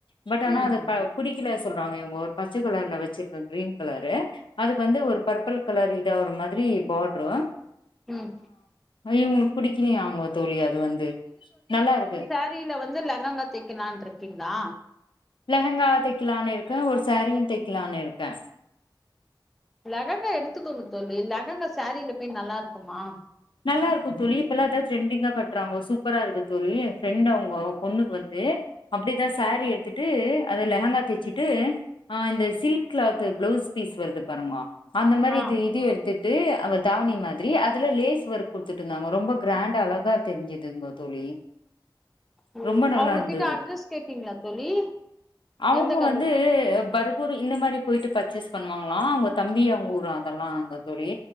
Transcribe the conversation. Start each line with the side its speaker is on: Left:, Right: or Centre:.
Left: பட் ஆனா
Centre: ம்
Left: அத ப புடிக்கல சொல்றாங்க இவங்க ஒரு பச்சை கலர்ல வச்சிருக்க கிரீன் கலரு அது வந்து ஒரு பர்பிள் கலர் இதா ஒரு மாதிரி பாட்ரூ
Centre: ம்
Left: அது இவுங்களுக்கு பிடிக்கலையாங்க தோழி அது வந்து நல்லா இருக்கு
Centre: சீல வந்து லகங்கா தைக்கலான் இருக்கீங்களா
Left: லெஹங்கா வா தைக்கலானு இருக்கே ஒரு சாரீயு தைக்கலான்னு இருக்கே
Centre: லெஹங்கா எடுத்துக்கோங்க தோழி லெஹங்கா சாரில போய் நல்லா இருக்குமா
Left: நல்லா இருக்கு தோழி இப்பெல்லா அத ட்ரெண்டிங்கா கட்டுறாங்கோ சூப்பரா இருக்கு தோழி என் ஃப்ரெண்ட் அவுங்கோ பொண்ணுக்கு வந்து அப்டிதா சாரி எடுத்துட்டு அதை லெஹங்கா தச்சுட்டு ஆ இந்த சில்க் கிளாத் பிளவுஸ் பீஸ் வருது பாருங்கோ அந்த மாதிரி
Centre: ஆ
Left: இது இதையு எடுத்துட்டு அவ தாவணி மாதிரி அதுல லேசு ஒர்க் குடுத்துட்டு இருந்தாங்க ரொம்ப கிராண்டா அழகா தெரிஞ்சதுங்க தோழி
Centre: ஓ
Left: ரொம்ப நல்லா
Centre: அவங்ககிட்ட
Left: இருந்தது
Centre: அட்ரஸ் கேட்டீங்களா தோழி
Left: அவுங்க
Centre: எந்த கட்ல
Left: வந்து பருப் ஊர் இந்த மாரி போயிட்டு பர்ச்சேஸ் பண்ணுவாங்களா அவுங்க தம்பி அவுங்க ஊர் ஆ அதெல்லா அங்க தோழி